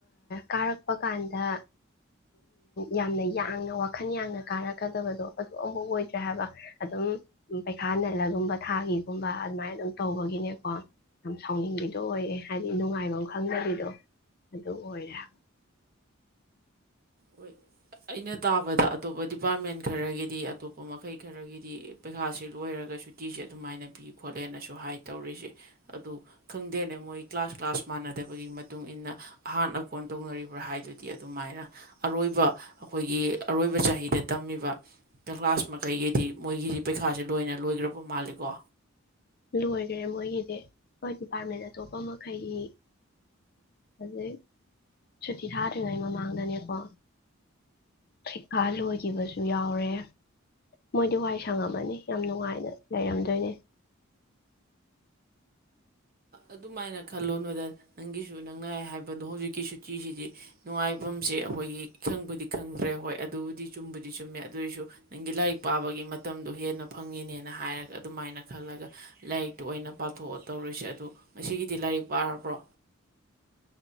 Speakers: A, on the left; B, on the right.
A: ꯀꯥꯔꯛꯄ ꯀꯥꯟꯗ ꯌꯥꯝꯅ ꯌꯥꯡꯅ ꯋꯥꯈꯜ ꯌꯥꯡꯅ ꯀꯥꯔꯛꯀꯗꯕꯗꯣ ꯑꯗꯨ ꯑꯃꯐ ꯑꯣꯏꯗ꯭ꯔꯦ ꯍꯥꯏꯕ ꯑꯗꯨꯝ ꯄꯩꯈꯥ ꯅꯜꯂꯒꯨꯝꯕ ꯊꯥꯒꯤꯒꯨꯝꯕ ꯑꯗꯨꯃꯥꯏꯅ ꯑꯗꯨꯝ ꯇꯧꯕꯒꯤꯅꯦꯀꯣ ꯌꯥꯝ ꯁꯥꯎꯅꯤꯡꯕꯤꯗꯣ ꯑꯣꯏꯔꯦ ꯍꯥꯏꯗꯤ ꯅꯨꯡꯉꯥꯏꯕ ꯈꯪꯗꯕꯤꯗꯣ ꯑꯗꯨ ꯑꯣꯏꯔꯦ ꯍꯥꯏꯕ
B: ꯍꯣꯏ ꯑꯩꯅ ꯇꯥꯕꯗ ꯑꯇꯣꯞꯄ ꯗꯤꯄꯥꯔꯠꯃꯦꯟ ꯈꯔꯒꯤꯗꯤ ꯑꯇꯣꯞꯄ ꯃꯈꯩ ꯈꯔꯒꯤꯗꯤ ꯄꯩꯈꯥꯁꯦ ꯂꯣꯏꯔꯒ ꯁꯨꯇꯤꯁꯦ ꯑꯗꯨꯃꯥꯏꯅ ꯄꯤ ꯈꯣꯠꯂꯦꯅꯁꯨ ꯍꯥꯏ ꯇꯧꯔꯤꯁꯦ ꯑꯗꯨ ꯈꯪꯗꯦꯅꯦ ꯃꯣꯏ ꯀ꯭ꯂꯥꯁ ꯀ꯭ꯂꯥꯁ ꯃꯥꯟꯅꯗꯕꯒꯤ ꯃꯇꯨꯡ ꯏ ꯃꯇꯨꯡꯏꯟꯅ ꯑꯍꯥꯟ ꯑ ꯀꯣꯟ ꯇꯧꯅꯔꯤꯕ꯭ꯔꯥ ꯍꯥꯏꯗꯨꯗꯤ ꯑꯗꯨꯃꯥꯏꯅ ꯑꯔꯣꯏꯕ ꯑꯩꯈꯣꯏꯒꯤ ꯑꯔꯣꯏꯕ ꯆꯍꯤꯗ ꯇꯝꯃꯤꯕ ꯀ꯭ꯂꯥꯁ ꯃꯈꯩꯒꯤꯗꯤ ꯃꯣꯏꯒꯤꯗꯤ ꯄꯩꯈꯥꯁꯦ ꯂꯣꯏꯅ ꯂꯣꯏꯈ꯭ꯔꯕ ꯃꯥꯜꯂꯤꯀꯣ
A: ꯂꯣꯏꯈ꯭ꯔꯦ ꯃꯣꯏꯒꯤꯗꯤ ꯍꯣꯏ ꯗꯤꯄꯥꯔꯠꯃꯦꯟ ꯑꯇꯣꯞꯄ ꯃꯈꯩꯒꯤ ꯍꯧꯖꯤꯛ ꯁꯨꯇꯤ ꯊꯥꯗ꯭ꯔꯤꯉꯩ ꯃꯃꯥꯡꯗꯅꯦꯀꯣ ꯁꯤꯀꯥ ꯂꯣꯏꯈꯤꯕꯁꯨ ꯌꯥꯎꯔꯦ ꯃꯣꯏꯗꯤ ꯋꯥ ꯁꯪꯉꯝꯃꯅꯤ ꯌꯥꯝ ꯅꯨꯡꯉꯥꯏꯅ ꯂꯩꯔꯝꯗꯣꯏꯅꯦ
B: ꯑꯗꯨꯃꯥꯏꯅ ꯈꯜꯂꯣꯅꯗ ꯅꯪꯒꯤꯁꯨ ꯅꯪꯅ ꯍꯥꯏꯕꯗꯣ ꯍꯧꯖꯤꯛꯀꯤ ꯁꯨꯇꯤꯁꯤꯗꯤ ꯅꯨꯡꯉꯥꯏꯐꯝꯁꯦ ꯑꯩꯈꯣꯏꯒꯤ ꯈꯪꯕꯨꯗꯤ ꯈꯪꯗ꯭ꯔꯦ ꯍꯣꯏ ꯑꯗꯨꯕꯨꯗꯤ ꯆꯨꯝꯕꯨꯗꯤ ꯆꯨꯝꯃꯦ ꯑꯗꯨꯏꯁꯨ ꯅꯪꯒꯤ ꯂꯥꯏꯔꯤꯛ ꯄꯥꯕꯒꯤ ꯃꯇꯝꯗꯣ ꯍꯦꯟꯅ ꯐꯪꯉꯤꯅꯦꯅ ꯍꯥꯏꯔꯒ ꯑꯗꯨꯃꯥꯏꯅ ꯈꯜꯂꯒ ꯂꯥꯏꯔꯤꯛꯇꯨ ꯑꯣꯏꯅ ꯄꯥꯊꯣꯛꯑ ꯇꯧꯔꯨꯁꯦ ꯑꯗꯣ ꯉꯁꯤꯒꯤꯗꯤ ꯂꯥꯏꯔꯤꯛ ꯄꯥꯔꯕ꯭ꯔꯣ